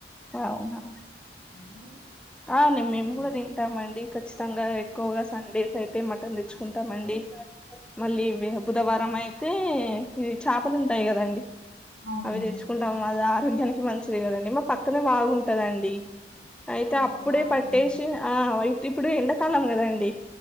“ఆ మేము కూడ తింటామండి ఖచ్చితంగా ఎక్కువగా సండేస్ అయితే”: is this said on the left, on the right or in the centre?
Centre